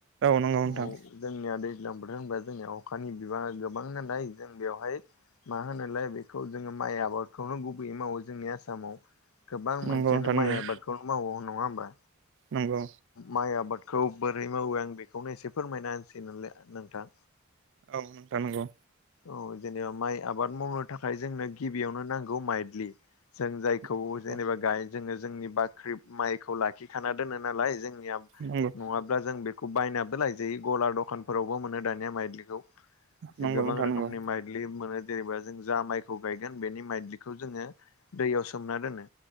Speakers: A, on the right; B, on the left.
A: नंगौ नोंथां
B: औ जोंनिया दैज्लां बोथोर होनबा जोंनिया अखानि बिबाङा गोबां नालाय जों बेवहाय मा होनोलाय बेखौ जोङो माइ आबादखौनो गुबैयै मावो। जोंनि आसामाव गोबां
A: नंगौ
B: मानसियानो
A: नोंथां
B: माइ
A: नंगौ
B: आबादखौल' मावो नङा होमबा?
A: नंगौ
B: माइ आबादखौ बोरै मावो आं बेखौनो एसे फोरमायना होनसै नोंलाय नोंथां।
A: औ नोंथां नोंगौ।
B: औ जेनेबा माइ आबाद मावनो थाखाय जोंनो गिबियावनो नांगौ माइदलि जों जायखौ
A: नंगौ नंगौ
B: जेनेबा गायो जोङो जोंनि बाख्रि माइखौ लाखिखाना दोनो नालाय, जों निया
A: नंगौ
B: नङाब्ला जों बेखौ बायनाबो लायजायो गला दखानफोरावबो मोनो दानिया माइदलिखौ। गोबां
A: नंगौ नोंथां
B: रोखोमनि
A: नंगौ
B: माइदलि मोनो। जेनेबा जों जा माइखौ गायगोन बेनि माइदलिखौ जोङो दैयाव सोमना दोनो।